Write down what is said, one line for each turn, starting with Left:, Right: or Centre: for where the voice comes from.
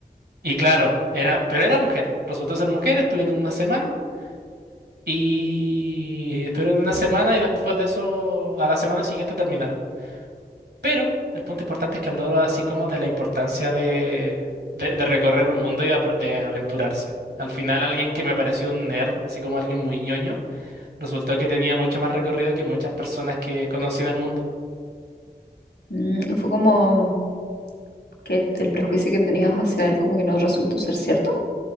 Right: y claro, era, pero era mujer. Resultó ser mujer, estuvieron una semana y estuvieron una semana y después de eso, a la semana siguiente terminaron. Pero el punto importante es que habló así como de la importancia de, de, de recorrer el mundo y de, apro- de aventurarse. Al final, alguien que me pareció un nerd, así como alguien muy ñoño, resultó que tenía mucho más recorrido que muchas personas que conocí en el mundo.
Left: Mm, Fue como que el prejuicio que tenías hacia él como que no resultó ser cierto.